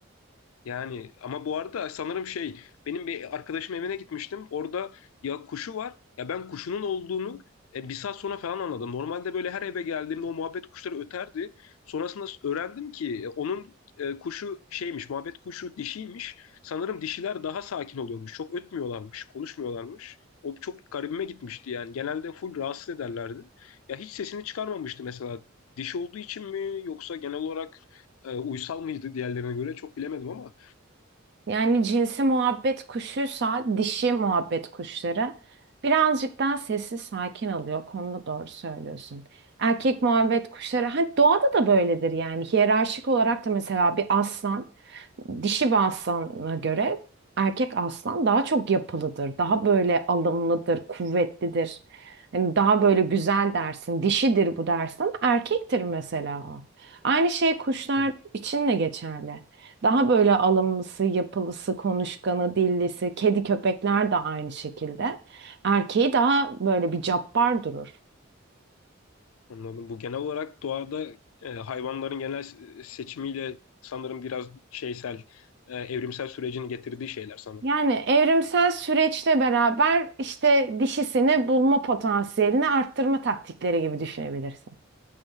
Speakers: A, on the left; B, on the right.
A: Yani ama bu arada sanırım şey benim bir arkadaşım evine gitmiştim. Orada ya kuşu var ya ben kuşunun olduğunu e, bir saat sonra falan anladım. Normalde böyle her eve geldiğimde o muhabbet kuşları öterdi. Sonrasında öğrendim ki e, onun e, kuşu şeymiş muhabbet kuşu dişiymiş. Sanırım dişiler daha sakin oluyormuş. Çok ötmüyorlarmış, konuşmuyorlarmış. O çok garibime gitmişti yani. Genelde full rahatsız ederlerdi. Ya hiç sesini çıkarmamıştı mesela. Dişi olduğu için mi yoksa genel olarak e, uysal mıydı diğerlerine göre çok bilemedim ama
B: Yani cinsi muhabbet kuşuysa dişi muhabbet kuşları birazcık daha sessiz sakin alıyor. Konuda doğru söylüyorsun. Erkek muhabbet kuşları hani doğada da böyledir yani hiyerarşik olarak da mesela bir aslan Dişi bir aslana göre erkek aslan daha çok yapılıdır, daha böyle alımlıdır, kuvvetlidir. Hani daha böyle güzel dersin, dişidir bu dersin ama erkektir mesela. Aynı şey kuşlar
A: Bak,
B: için de geçerli. Daha böyle alımlısı, yapılısı, konuşkanı, dillisi, kedi köpekler de aynı şekilde. Erkeği daha böyle bir cabbar durur.
A: Anladım. Bu genel olarak doğada e, hayvanların genel se- seçimiyle sanırım biraz şeysel, e, evrimsel sürecini getirdiği şeyler sanırım.
B: Yani evrimsel süreçle beraber işte dişisini bulma potansiyelini arttırma taktikleri gibi düşünebilirsin.